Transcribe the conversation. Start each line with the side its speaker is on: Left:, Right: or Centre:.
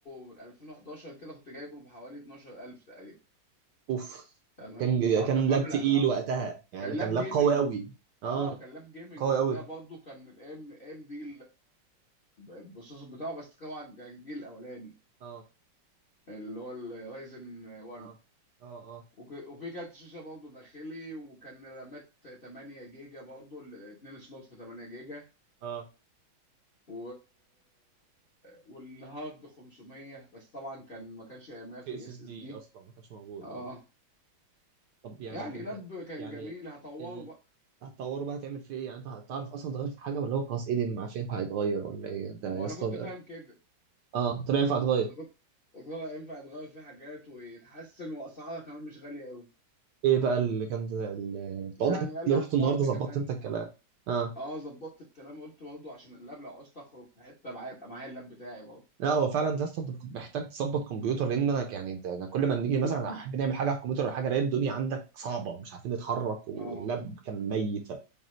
Left: من 2011 كده كنت جايبه بحوالي 12000 تقريبا
Right: اوف
Left: تمام
Right: كان
Left: اه
Right: كان
Left: كان مبلغ
Right: لاب تقيل
Left: اه
Right: وقتها يعني
Left: كان
Right: كان
Left: لاب
Right: لاب
Left: جيمنج
Right: قوي قوي اه
Left: اه كان لاب جيمنج
Right: قوي
Left: وقتها
Right: قوي
Left: برضه كان الام ام دي البروسيسور بتاعه بس طبعا كان الجيل الاولاني
Right: اه
Left: اللي هو الرايزن 1
Right: اه اه اه
Left: وك- وفي كارت شاشه برضه داخلي وكان رامات 8 جيجا برضه ال- اتنين سلوت في 8 جيجا
Right: اه
Left: و... والهارد 500 بس طبعا كان ما كانش ايامها
Right: في
Left: في
Right: اس
Left: اس
Right: اس دي
Left: اس دي
Right: اصلا ما كانش موجود
Left: اه
Right: اه طب يعني
Left: يعني
Right: ده انت
Left: لاب كان
Right: يعني
Left: جميل هطوره
Right: ال...
Left: بقى
Right: هتطوره بقى هتعمل فيه ايه يعني انت هتعرف اصلا تغير في حاجه ولا هو خلاص ايدن ما عادش ينفع يتغير ولا ايه ده
Left: ما
Right: يا اسطى
Left: انا كنت فاهم كده
Right: اه طلع ينفع يتغير
Left: انا كنت قلت له لا ينفع يتغير فيه حاجات ويتحسن واسعارها كمان مش غاليه قوي
Right: ايه بقى اللي كان اللي...
Left: يعني
Right: واضح إن انت
Left: قال
Right: اللي
Left: لي هنحط
Right: رحت النهارده ظبطت
Left: كمان
Right: انت الكلام
Left: اه
Right: اه
Left: اه ظبطت الكلام قلت برضه عشان اللاب لو عوزت اخرج في حته معايا يبقى معايا اللاب بتاعي برضه
Right: لا هو فعلا ده اصلا انت كنت محتاج تظبط كمبيوتر لان انا يعني انت انا كل ما نيجي مثلا
Left: <laughs>
Right: احب نعمل حاجه على الكمبيوتر ولا حاجه الاقي الدنيا عندك صعبه مش عارفين نتحرك واللاب
Left: اه
Right: كان ميت